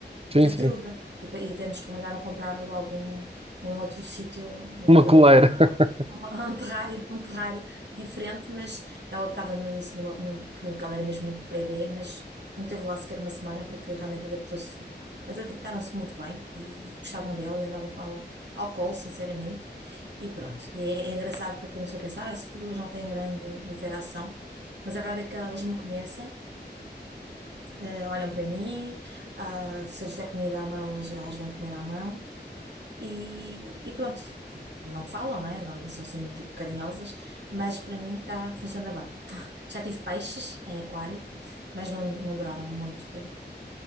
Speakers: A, on the right; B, on the right.
A: Sim,
B: Tartaruga.
A: sim.
B: E, pa- e até nos recomendaram comprar logo um, um outro sítio, um
A: Uma
B: outro
A: coleira.
B: aquário,
A: <laughs>
B: um, um- <laughs> um terrário, um terrário diferente, mas ela estava no início numa, num pequenino, porque ela era mesmo muito bebê, mas não teve lá sequer uma semana porque realmente adaptou-se. Mas adaptaram-se muito bem e gostavam dela e andavam com ela ao colo, sinceramente. E pronto, e é, é engraçado porque a pessoa pensa, ah, as tartarugas não têm grande interação, mas a verdade é que elas me conhecem eh, olham para mim, ah, se eu lhes der comida à mão, eles- elas vêm comer à mão e, e pronto, não falam, não é? Não, não são assim tipo carinhosas, mas para mim tá, funciona bem. <laughs> Já tive peixes em aquário, mas não, não duraram muito tempo.